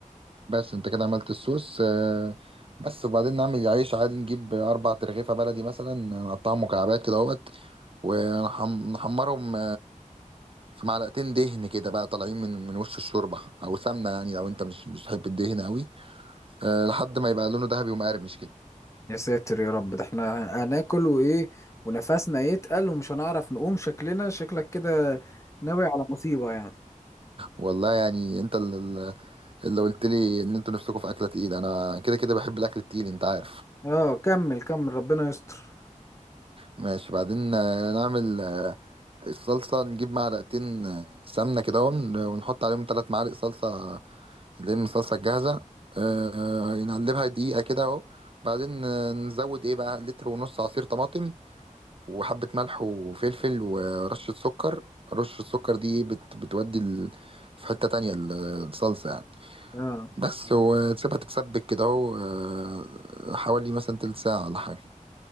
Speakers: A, on the right; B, on the left.
A: بس انت كده عملت الصوص آه، بس وبعدين نعمل عيش عادي نجيب أربع ترغيفة بلدي مثلا نقطعهم مكعبات كده اهوت ونحمرهم في معلقتين دهن كده بقى طالعين من من وش الشوربه او سمنه يعني لو انت مش مش بتحب الدهن قوي أه لحد ما يبقى لونه ذهبي ومقرمش كده
B: يا ساتر يا رب ده احنا هناكل وايه ونفسنا يتقل ومش هنعرف نقوم شكلنا شكلك كده ناوي على مصيبة يعني
A: والله يعني انت اللي, اللي قلت لي ان انتوا نفسكم في اكله تقيله انا كده كده بحب الاكل التقيل انت عارف
B: اه كمل كمل ربنا يستر
A: ماشي بعدين آه، نعمل آه، الصلصه نجيب معلقتين آه، سمنه كده ون- ونحط عليهم ثلاث معالق صلصه اللي هي من الصلصه الجاهزه أه آه، نقلبها دقيقه كده اهو بعدين آه، نزود ايه بقى لتر ونص عصير طماطم وحبة ملح وفلفل ورشة سكر رشة السكر دي بت بتودي ال... في حتة تانية ال- الصلصة يعني
B: اه
A: بس وتسيبها تتسبك كده اهو آه، حوالي مثلا تلت ساعة ولا حاجة